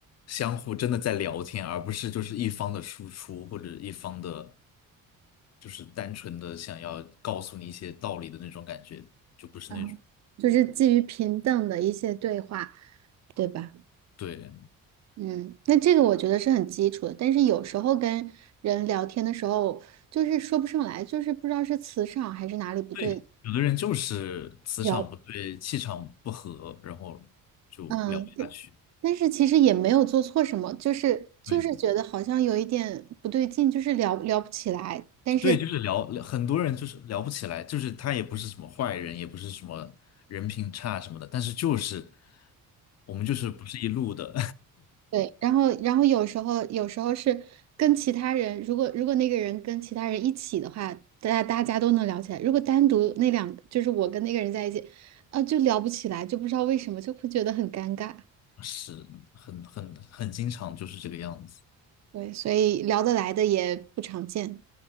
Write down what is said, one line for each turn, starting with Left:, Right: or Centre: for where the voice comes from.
Left: 相互真的在聊天，而不是就是一方的输出或者一方的，就是单纯的想要告诉你一些道理的那种感觉，就不是那种。
Right: 嗯，就是基于平等的一些对话，对吧？
Left: 对
Right: 嗯，那这个我觉得是很基础的，但是有时候跟人聊天的时候，就是说不上来，就是不知道是磁场还是哪里不对。
Left: 对，有的人就是磁场不对，
Right: 聊，
Left: 气场不合，然后就聊不下去。
Right: 嗯，但但是其实也没有做错什么，就是就是觉得好像有一点不对劲，
Left: 对。
Right: 就是聊聊不起来，但是。
Left: 对，就是聊，很多人就是聊不起来，就是他也不是什么坏人，也不是什么人品差什么的，但是就是我们就是不是一路的，
Right: 对，然后然后有时候有时候是跟其他人，如果如果那个人跟其他人一起的话，大家大家都能聊起来。如果单独那两，就是我跟那个人在一起，啊，就聊不起来，就不知道为什么，就会觉得很尴尬。
Left: <laughs> 是很很很经常就是这个样子。
Right: 对，所以聊得来的也不常见。